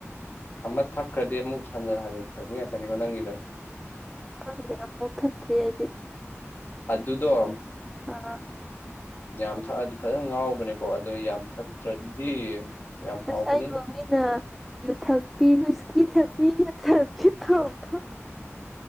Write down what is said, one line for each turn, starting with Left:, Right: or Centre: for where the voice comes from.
Left: ꯑꯃ ꯊꯛꯈ꯭ꯔꯗꯤ ꯑꯃꯨꯛ ꯍꯟ ꯍꯟ ꯊꯛꯅꯤꯡꯉꯛꯀꯅꯤꯀꯣ ꯅꯪꯒꯤꯗꯣ
Centre: ꯈꯪꯗꯦ ꯑꯃꯐꯧ ꯊꯛꯇ꯭ꯔꯤ ꯑꯩꯗꯤ
Left: ꯑꯗꯨꯗꯣ
Centre: ꯑꯥ
Left: ꯌꯥꯝ ꯊꯛꯑꯗꯤ ꯐꯖꯅ ꯉꯥꯎꯕꯅꯦꯀꯣ ꯑꯗꯣ ꯌꯥꯝ ꯊꯛꯇ꯭ꯔꯗꯤ ꯌꯥꯝ
Centre: ꯑꯁ
Left: ꯍꯥꯎꯕꯅꯤ
Centre: ꯑꯩꯕꯨ ꯃꯤꯅ ꯌꯨꯊꯛꯄꯤ ꯍꯨꯏꯁꯀꯤ ꯊꯛꯄꯤ ꯌꯨꯊꯛꯄꯤ ꯇꯧꯕꯥ ꯗꯣ